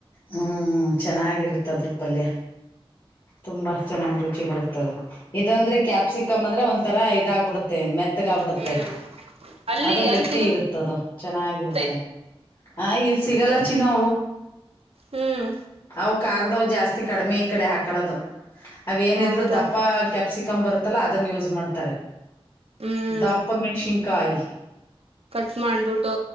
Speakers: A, on the left (about 50°); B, on the right (about 80°).
A: ಹ್ಮ್ ಚೆನ್ನಾಗಿರುತ್ತೆ ಅದ್ರ ಪಲ್ಯ ತುಂಬಾ ಚೆನ್ನಾಗ್ ರುಚಿ ಬರುತ್ತದೆ ಇದ ಅಂದ್ರೆ ಕ್ಯಾಪ್ಸಿಕಮ್ ಅಂದ್ರೆ ಒಂಥರ ಇದಾಗಬಿಡುತ್ತೆ ಮೆತ್ತಗ ಆಗ್ಬಿಡುತ್ತೆ
B: ಹ್ಮ್ ಅಲ್ಲಿ
A: ಅದು
B: ಅಲ್ಲಿ
A: ಗಟ್ಟಿ ಇರುತ್ತದು ಚೆನ್ನಾಗಿರುತ್ತೆ
B: ಸಿಗುತ್ತದು
A: ಆ ಇಲ್ ಸಿಗಲ್ಲ ಚಿನ್ನು
B: ಹ್ಮ್
A: ಅವು ಕಾರ್ದವೂ ಜಾಸ್ತಿ ಕಡಿಮೆ ಕಡೆ ಹಾಕಳೋದು ಅವೇಏನಿದ್ರು
B: ಹೌದಾ
A: ದಪ್ಪ ಕ್ಯಾಪ್ಸಿಕಮ್ ಬರುತ್ತಲ್ಲ ಅದನ್ ಯೂಸ್ ಮಾಡ್ತಾರೆ
B: ಹ್ಮ್
A: ದಪ್ಪ ಮೆಣಸಿಕಾಯಿ
B: ಕಟ್ ಮಾಡ್ಬಿಟ್ಟು